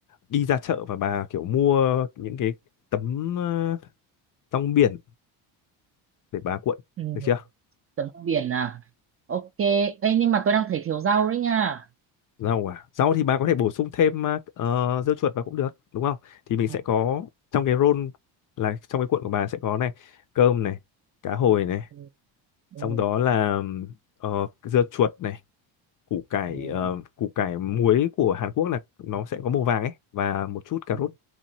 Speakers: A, on the left; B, on the right.
A: đi ra chợ và bà kiểu mua những cái tấm ờ, rong biển để bà cuộn
B: Ừ.
A: được chưa
B: tấm rau biển à ok ấy nhưng mà tôi đang thấy thiếu rau đấy nha
A: rau à rau thì bà có thể bổ sung thêm ờ, dưa chuột vào cũng được đúng không thì mình
B: ừ.
A: sẽ có trong cái roll là trong cái cuộn của bà sẽ có này cơm này cá hồi này
B: Ừ. Ừ.
A: xong đó là ừm, ờ, dưa chuột này củ cải
B: Ừ. Ừ.
A: ờ, củ cải muối của Hàn Quốc là nó sẽ có màu vàng ấy và một chút cà
B: ừ.
A: rốt